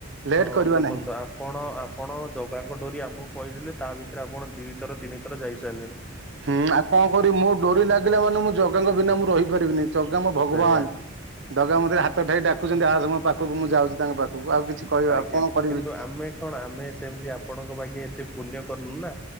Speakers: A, on the right; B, in the centre.
A: ଲେଟ୍
B: ହଁ
A: କରିବା
B: ଦେଖନ୍ତୁ
A: ନାହିଁ।
B: ଆପ୍ କଣ ଆପଣ ଜଗାଙ୍କ ଡୋରି ଆମକୁ କହିଥିଲେ ତା ଭିତରେ ଆପଣ ଦି ଥର ତିନି ଥର ଯାଇସାରିଲେଣି।
A: ହୁଁ ଆଉ କଣ କରିବି ମୋ ଡୋରି ଲାଗିଲା ମାନେ ମୁଁ ଜଗାଙ୍କ ବିନା ମୁଁ ରହିପାରିବିନି ଜଗା ମୋ ଭଗବାନ।
B: ସେଇଆ
A: ଜଗା ମତେ ହାତ ଠାରି ଡାକୁଚନ୍ତି ଆସେ ମୋ ପାଖକୁ ମୁଁ ଯାଉଚି ତାଙ୍କ ପାଖକୁ ଆଉ କିଛି କହିବି
B: ଆଜ୍ଞା
A: ଆଉ କଣ କରିବି
B: କିନ୍ତୁ ଆମେ କଣ ଆମେ ସେମିତି ଆପଣଙ୍କ ବାଗେ ଏତେ ପୁଣ୍ୟ କରନୁ ନା।